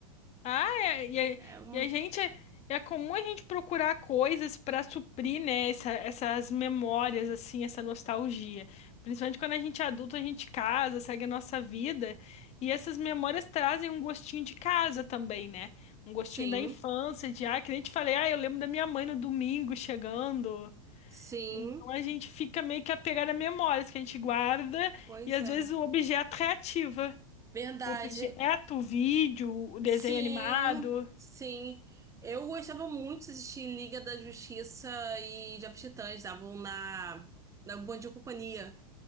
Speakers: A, on the left; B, on the right.
A: Ah, é- e, a
B: É uma.
A: e a gente é é comum a gente procurar coisas para suprir, né, essa- essas memórias assim, essa nostalgia. Principalmente quando a gente é adulto, a gente casa, segue a nossa vida, e essas memórias trazem um gostinho de casa também, né? Um gostinho
B: Sim,
A: da infância, de ah, que nem te falei, ah, eu lembro da minha mãe no domingo chegando.
B: sim,
A: Então a gente fica meio que apegado a memórias que a gente guarda
B: pois
A: e às
B: é.
A: vezes o objeto reativa.
B: Verdade.
A: O objeto, o vídeo, o desenho
B: Sim,
A: animado.
B: sim. Eu gostava muito de assistir Liga da Justiça e Jovens Titãs, estavam na, na Bom Dia Companhia.